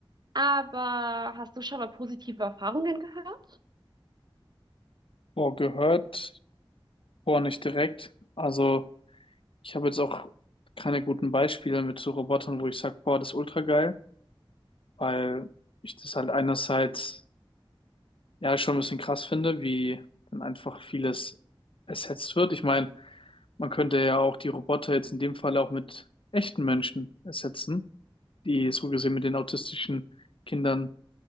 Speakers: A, on the right; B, on the left.
A: aber hast du schon mal positive Erfahrungen gehört?
B: Boah, gehört, boah, nicht direkt. Also, ich habe jetzt auch keine guten Beispiele mit so Robotern, wo ich sage, boah, das ist ultra geil. weil ich das halt einerseits ja schon ein bisschen krass finde, wie dann einfach vieles ersetzt wird. Ich meine, man könnte ja auch die Roboter jetzt in dem Fall auch mit echten Menschen ersetzen, die so gesehen mit den autistischen Kindern